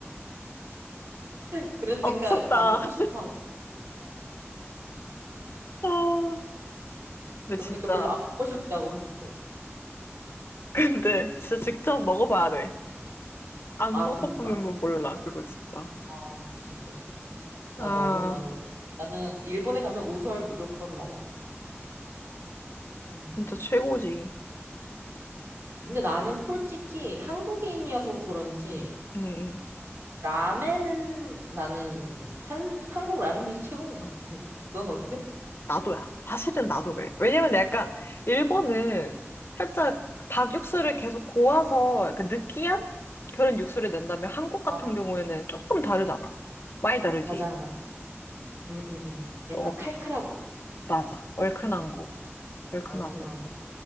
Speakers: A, on the right; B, on the left.
A: <laughs> 그러니까
B: 아 무섭다.
A: 안 먹고 싶어
B: <laughs> 아, 근데
A: 그러니까
B: 진짜,
A: 별로 안 먹고 싶다고 했어
B: 근데 진짜 직접 먹어봐야 돼. 안
A: 아,
B: 먹어보면
A: 그니까.
B: 몰라, 그거 진짜.
A: 아, 진짜, 진짜. 나
B: 아,
A: 너무 나는, 나는 일본에 가면 우설 무조건 먹어. 음.
B: 진짜 최고지.
A: 근데 나는 솔직히 한국인이어서 그런지,
B: 응, 응.
A: 라멘은 나는 한, 한국 라면이 <laughs> 최고인 것 같아. 넌 어때?
B: 나도야. 사실은 나도 그래. 왜냐면 약간 일본은 살짝 닭 육수를 계속 고아서 약간 느끼한 그런 육수를 낸다면 한국 같은
A: 맞아.
B: 경우에는 조금 다르잖아. 많이 다르지.
A: 맞아, 맞아. 응, 응, 응. 약간
B: 또
A: 칼칼하고,
B: 맞아. 얼큰한 거. 얼큰하고
A: 얼큰하고.